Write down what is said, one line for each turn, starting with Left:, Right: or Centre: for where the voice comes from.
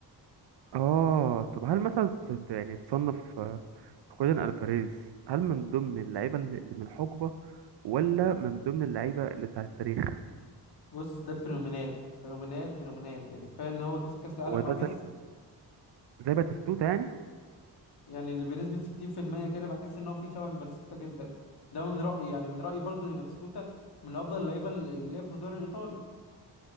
Right: اه طب هل مثلا ت- ت- يعني تصنف آه، خوليان الفاريز هل من ضمن اللعيبه اللي اللي من الحقبه ولا من ضمن اللعيبه اللي بتاع التاريخ
Left: بص ده الفينومينال فينومينال فينومينال يعني كفاية ان هو كسب كأس العالم
Right: هو ده
Left: مع ميسي
Right: زي زي باتيستوتا يعني
Left: يعني اللي بنسبة 60% كده بحس ان هو في شبه من باتيستوتا جدا ده من رأيي يعني من رأيي برضو ان باتيستوتا من افضل اللعيبة اللي اللي لعب في الدوري الايطالي